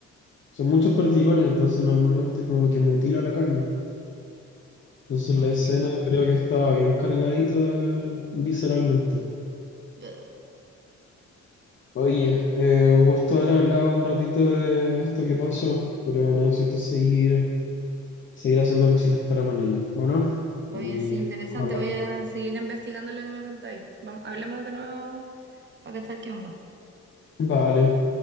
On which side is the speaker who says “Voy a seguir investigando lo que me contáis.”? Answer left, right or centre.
Right